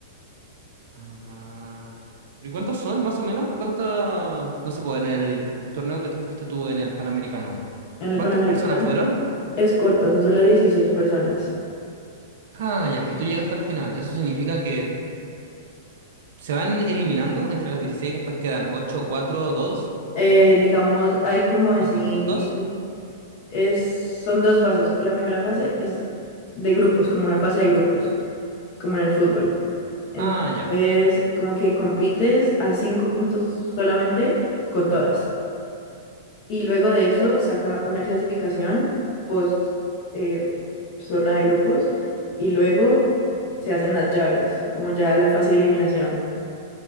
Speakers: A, on the right; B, on the left.
A: Ah. ¿Y cuántos son, más o menos? ¿Cuántos, no sé, po, en el torneo que tú fuiste tú en el Panamericano?
B: En el
A: ¿Cuántas
B: Panamericano.
A: personas fueron?
B: Es corto, son solo 16 personas.
A: Ah, ya, y tú llegaste al final. Eso significa que se van eliminando entre las dieciséis después quedan 8, 4, 2,
B: Eh, digamos, hay como decir,
A: o es por puntos.
B: es, son dos fases. La primera fase es de grupos, como una fase de grupos, como en el fútbol. Entonces,
A: Ah, ya.
B: como que compites a cinco puntos solamente con todas. Y luego de eso saca una clasificación post eh, zona de grupos y luego se hacen las llaves, como ya la fase de eliminación.